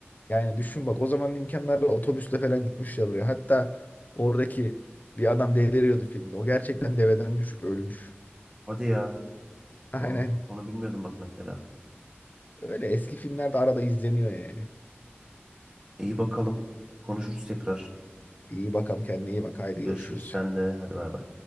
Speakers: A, on the left (about 40°); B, on the right (about 25°).
A: Yani düşün bak o zamanın imkanlarla otobüsle falan gitmişler oraya. Hatta oradaki bir adam deliriyordu filmde. O gerçekten deveden düşüp ölmüş.
B: Hadi ya.
A: Aynen.
B: Aa, onu bilmiyordum bak mesela.
A: Öyle eski filmlerde arada izleniyor yani.
B: İyi bakalım. Konuşuruz tekrar.
A: İyi bakalım kendine iyi bak haydi
B: Görüşürüz
A: görüşürüz.
B: sen de. Hadi bay bay.